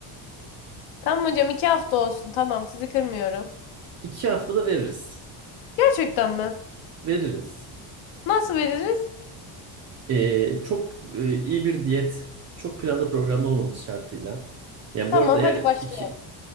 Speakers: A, on the left; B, on the right.
A: Tamam hocam iki hafta olsun. Tamam sizi kırmıyorum.
B: iki haftada veririz
A: Gerçekten mi?
B: veririz.
A: Nasıl veririz?
B: Ee, çok e, iyi bir diyet çok planlı programlı olmamız şartıyla. Yani
A: Tamam
B: bu arada eğer
A: hadi başlayalım.
B: iki